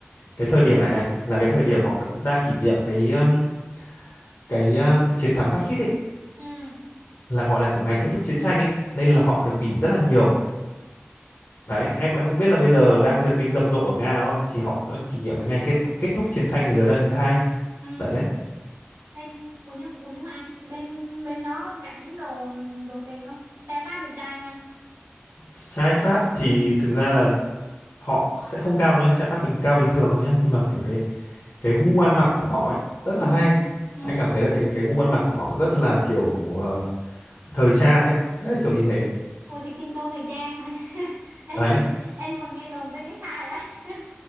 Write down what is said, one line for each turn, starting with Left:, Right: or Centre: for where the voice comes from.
Left: cái thời điểm này này là cái thời điểm họ cũng đang kỷ niệm cái ờm, cái ờm, chiến thắng phát xít ấy
Right: Ừ.
Left: là gọi là kiểu ngày kết thúc chiến tranh ấy nên là họ được nghỉ rất là nhiều Đấy, em em cũng biết là bây giờ đang duyệt binh rầm rộ ở Nga đúng không? Thì họ cũng kỷ niệm cái ngày kết kết thúc chiến tranh thế giới lần thứ hai.
Right: Ừ.
Left: Đấy.
Right: bên ủa nhưng ủa nhưng mà anh bên bên đó cảnh đồ đồ đẹp không trai Pháp đẹp trai không anh
Left: Trai Pháp thì thực ra là họ sẽ không cao nữa, trai Pháp bình cao bình thường thôi nhá, nhưng mà kiểu cái cái gu ăn mặc của họ ấy rất
Right: ừ
Left: là hay.
Right: ừ
Left: Anh cảm thấy là cái cái gu ăn mặc của họ rất là kiểu ờ, thời trang ấy, đấy kiểu như thế.
Right: ủa thì kinh đô thời trang mà <laughs> ê
Left: Đấy.
Right: nhưng ê nhưng mà nghe đồn bên đấy khai á <laughs>